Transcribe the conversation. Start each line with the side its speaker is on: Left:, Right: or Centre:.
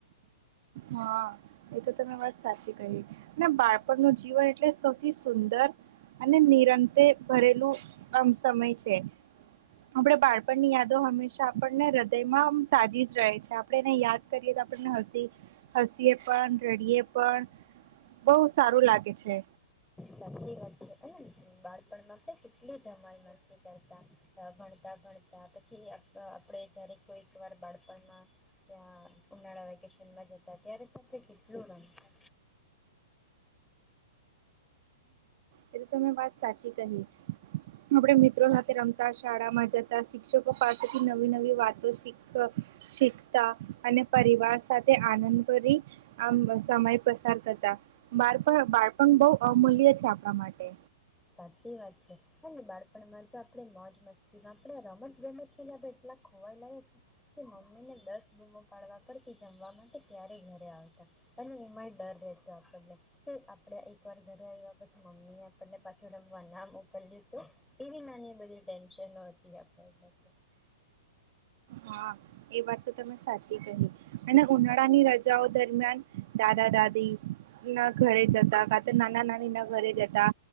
Right: હા એ તો તમે વાત સાચી કહી અને બાળપણનું જીવન એટલે સૌથી સુંદર અને નિરંતે ભરેલું આમ સમય છે. આપણે બાળપણની યાદો હંમેશા આપણને હૃદયમાં તાજી જ રહે છે આપણે એને યાદ કરીએ તો આપણને હસી હસીએ પણ રડીએ પણ બહુ સારું લાગે છે.
Centre: સાચી વાત છે અને બાળપણમાં કેટલી ધમાલ મસ્તી કરતા ભણતા ભણતા પછી આપડે જયારે કોઈક વાર બાળપણમાં ત્યાં ઉનાળા વેકેશનમાં જતા ત કેટલું રમતા
Right: હ એ તમે વાત સાચી કહી આપડે મિત્રો સાથે રમતા શાળામાં જતા શિક્ષકો પાસેથી નવી નવી વાતો શીખતા અને પરિવાર સાથે આનંદ કરી આમ સમય પસાર કરતા બાળપણ બાળપણ બઉ અમૂલ્ય છે આપણા માટે
Centre: સાચી વાત છે અને બાળપણમાં તો આપણે મોજ મસ્તી આપણે રમત રમત પેલા એટલા ખોવાયલા મમ્મી ને દસ ડૂમો પાડવા પરથી જમવા માટે ત્યારે ઘરે આવતા અને એમાંય ડર રહેતો આપણને આપડે એક વાર ઘરે આવ્યા પછી મમ્મી આપણને પાછ રમવા ના મોકલ્યું તો એવી નાની બધી ટેન્શનો હતી આપણને તો
Right: હા એ વાત તો તમે સાચી કહી અને ઉનાળાની રજાઓ દરમિયાન દાદા દાદી, ના ઘરે જતા કા તો નાના નાની, ના ઘરે જતા